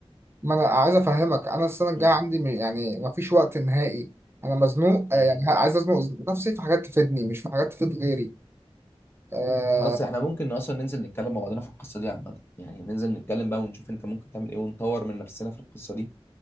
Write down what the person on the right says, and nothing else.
ما انا عايز افهمك انا السنة الجاية
عندي م- يعني ما فيش وقت نهائي انا مزنوق
آه، يعني عايز ازنق نفسي في حاجات تفيدني مش في حاجات تفيد غيري آه،